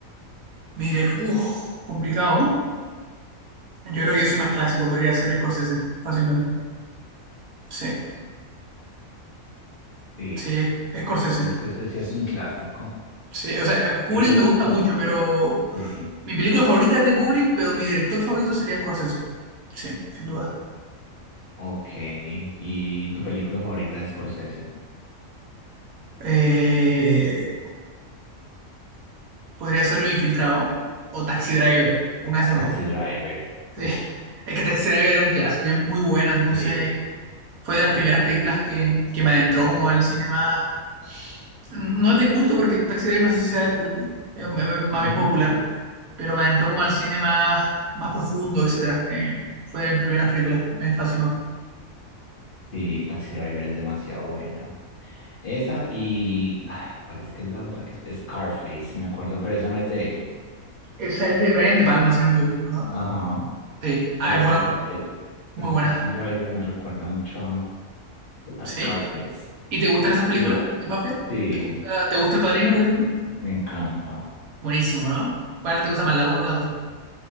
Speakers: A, on the right (about 80°); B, on the left (about 40°).
A: Mire, uff, complicado. Yo creo que yo soy más clásico, podría ser Scorsese, fácilmente. Sí,
B: Sí,
A: sí, es- Scorsese.
B: es que ese sí es un clásico.
A: Sí, o sea, Kubrick
B: ¿Y tu?
A: me gusta
B: fa-
A: mucho, pero
B: Sí,
A: mi película favorita es de Kubrick, pero mi director favorito sería Scorsese. Sí, sin duda.
B: ok. ¿Y tu película favorita de Scorsese?
A: Eh, podría ser Lo Infiltrado o Taxi Driver, una de esas
B: Taxi
A: dos.
B: Driver.
A: Sí,
B: Uf,
A: es que Taxi Driver es un clásico, y es muy buena, entonces
B: sí.
A: fue de las primeras películas que, que me adentró como al cine más, No es de culto porque Taxi Driver no sé si sea de culto, es un- es más
B: Ujú.
A: bien popular, pero me entró como al cine más, más profundo, etcétera. Eh, fue de mis primeras películas, me fascinó.
B: Sí, Taxi Driver es demasiado buena. Esa y... Ay, ¿cuál es que es la otra? Que es Scarface, me acuerdo, pero esa no es de él.
A: Esa es de Brian De Palma, si no me equivoco, ¿verdad?
B: Ajá,
A: Sí. Ah,
B: pero,
A: es bueno,
B: es, ca- eh, pero
A: muy buena.
B: Taxi Driver me recuerda mucho, A
A: Sí.
B: Scarface.
A: ¿Y te gustan esas películas
B: Sí.
A: de mafia?
B: Sí,
A: Ah, ¿Te gusta El Padrino, por ejemplo?
B: me encanta.
A: Buenísimo, ¿no? ¿Cuál te gusta más, la uno o la dos